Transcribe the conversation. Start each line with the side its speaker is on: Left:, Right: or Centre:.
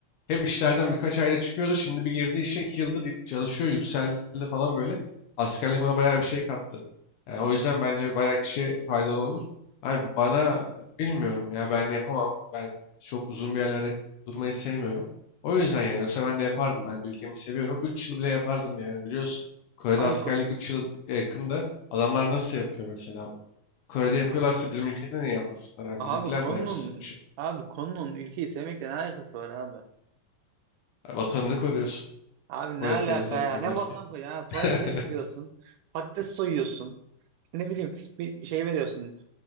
Left: Hem işlerden birkaç ayda çıkıyordu. Şimdi bir girdi işe iki yıldır çalışıyor. Yükseldi falan böyle. Askerlik ona bayağı bir şey kattı. Yani o yüzden bence bayağı kişiye faydalı olur. Abi bana bilmiyorum ya ben yapamam. Ben çok uzun bir yerlerde durmayı sevmiyorum. O yüzden yani yoksa ben de yapardım. Ben de ülkemi seviyorum. 3 yıl bile yapardım yani biliyorsun. Kore'de
Right: Abi
Left: askerlik
Right: ko-
Left: 3 yıl yakında. Adamlar nasıl yapıyor mesela? Kore'de yapıyorlarsa
Right: a-
Left: bizim ülkede niye yapmasınlar abi?
Right: abi
Left: Bizimkiler
Right: konunun
Left: de yapsın 3 yıl.
Right: abi konunun ülkeyi sevmekle ne alakası var abi?
Left: Vatanını koruyorsun.
Right: Abi
Left: Tuvalet
Right: ne alaka
Left: temizlerken
Right: ya? Ne
Left: belki.
Right: vatan koy ya? Tuvalet
Left: <laughs>
Right: temizliyorsun. Patates soyuyorsun. İşte ne bileyim bir şey veriyorsun.